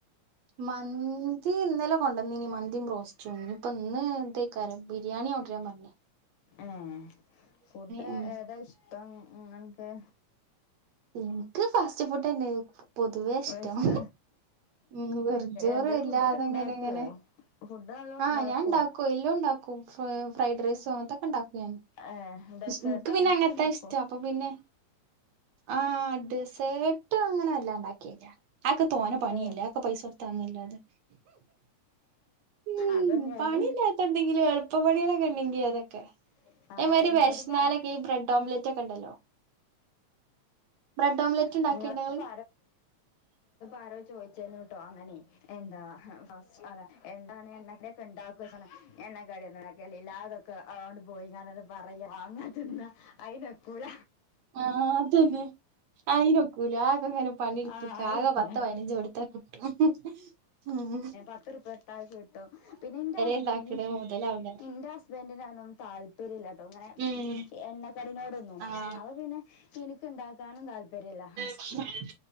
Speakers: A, on the right; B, on the left.
A: മന്തി ഇന്നലെ കൊണ്ടന്നനി മന്തിയും പ്രോസ്റ്റ്യൂ ഇപ്പൊ ഇന്ന് <unintelligible> ബിരിയാണിയ കൊണ്ട്രൻ പറഞ്ഞ
B: ഏഹ് ഫുഡ്
A: ഉം
B: ഏതാ ഇഷ്ടം നിങ്ങൾക്ക്
A: ഇനിക്ക് ഫാസ്റ്റ് ഫുഡന്നെ പൊതുവേ ഇഷ്ടം
B: ഇഷ്ട
A: ഉം വെർഞ്ചോർ
B: എന്തേ
A: വല്ലാതെങ്ങനെങ്ങനെ
B: ഫുഡൊക്കെ ഉണ്ടാക്കുവോ ഫുഡ് നല്ലോം
A: ആഹ്
B: ഉണ്ടാക്കുവോ
A: ഞാൻണ്ടാക്കും എല്ലും ണ്ടാക്കും ഫ്രൈഡ് റൈസോ അങ്ങനത്തൊക്കെ ഉണ്ടാക്കും ഞാൻ
B: ഏഹ് ഡെസേർട്ട്
A: ഇൻക്ക്
B: അങ്ങനത്തൊക്കെ
A: പിന്നെ എങ്ങനത്തെ
B: ഇണ്ടാക്കോ?
A: ഇഷ്ടം അപ്പൊ പിന്നെ ആഹ് ഡെസേർട്ട് അങ്ങനെ എല്ലാം ഉണ്ടാക്കില്ല ആക്കെ തോന പണിയില്ല
B: ഏഹ്
A: ഒക്കെ പൈസ കൊടു താങ്ങില്ലാതെ ഉം
B: അതന്നെയാണ്
A: പണിയില്ലാത്ത എന്തെങ്കിലും എളുപ്പ പണിയല്ലാം കണ്ടെങ്കി അതക്കെ
B: <inaudible>
A: എനിക്ക്
B: ഇന്നോട്
A: വെശനാലൊക്കെ
B: പറ
A: ബ്രഡ് ഓംലെറ്റ് ഒക്കെ ഉണ്ടല്ലോ ബ്രഡ് ഓംലറ്റ്
B: <unintelligible>
A: ഉണ്ടാക്കിണ്ടോ
B: ന്നോട്
A: ഇങ്ങള്
B: ഇപ്പൊ ആരോ ചോയ്ച്ചിന് അങ്ങനെ എന്താ ആഹ് ആണ് എന്താണ് എന്നൊക്കെ ഇണ്ടാക്ക എണ്ണ കടക്കല്ല ഇല്ലാതൊക്കെ അതുകൊണ്ട് പോയി ഞാനെ പറയാ വാങ്ങാ തിന്ന അയിനൊക്കൂല
A: ആഹ് അതന്നെ അയിനൊക്കൂല ആകെങ്ങനെ പണിട്ത്താകെ
B: ആഹ് അയിനൊക്കൂല
A: പത്തോ പതിനഞ്ച് അടുത്ത കുട്ടും ഉം
B: പത്ത്റുപ്പാ ഇട്ടാൽ കിട്ടും പിന്നെ ഇന്റെ ഹസ്ബന്റിന്
A: ഇണ്ടാക്കണ മുതലാവൂല
B: ഇന്റെ ഹസ്ബന്റീനണന്ന് താല്പ് പരില്ല ട്ടോ അങ്ങനെ
A: ഉം
B: എണ്ണ കടിനോടൊന്നും
A: ആഹ്
B: അപ്പ പിന്നെ എനിക്ക് ഉണ്ടാക്കാനും താല്പര്യല്ല
A: ഉം